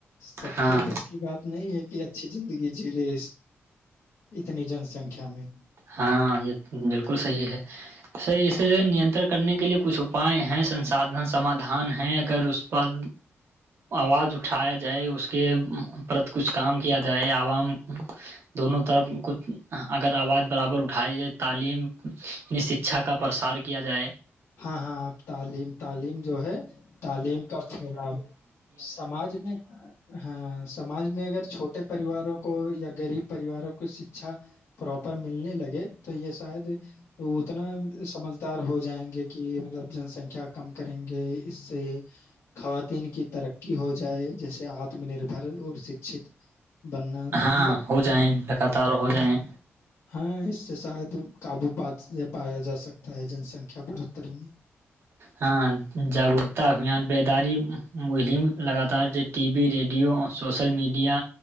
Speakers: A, on the left; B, on the right.
A: سب
B: ہاں
A: کے بس کی بات نہیں ہے کہ اچھی زندگی جیلے اتنی جن سنکھیا میں
B: ہاں یہ بالکل صحیح ہے اسے نینترن کرنے کے لیے کچھ اپائے ہیں سنسادھن سمادھان ہیں اگر اس پر آواز اٹھایا جائے اس کے پر کچھ کام کیا جائے عوام دونوں طرف کچھ اگر آواز برابر اٹھائی جائے تعلیم شکھا کا پرسار کیا جائے
A: ہاں ہاںپ تعلیم تعلیم جو ہے تعلیم کا پھیلاؤ ہو سماج میں ہاں سماج میں اگر چھوٹے پریواروں کو یا غریب پریواروں کو شکچھا پراپر ملنے لگے تو یہ شاید اتنا سمجھدار ہو جائیں گے کہ کہ مطلب جنسنکھیا کم کر اس سے خواتین کی ترقی ہو جائے جیسے آتم نربھر اور شکشت بننا
B: ہاں
A: مطلب
B: ہو جائیں لگاتار ہو جائیں
A: ہاں اس سے شاید قابو پا پایا جا سکتا ہے جن سنکھیا بڑھ ا ترمی
B: ہاں جاگروکتا ابھیان بیداری مہم لگاتار T V radio social media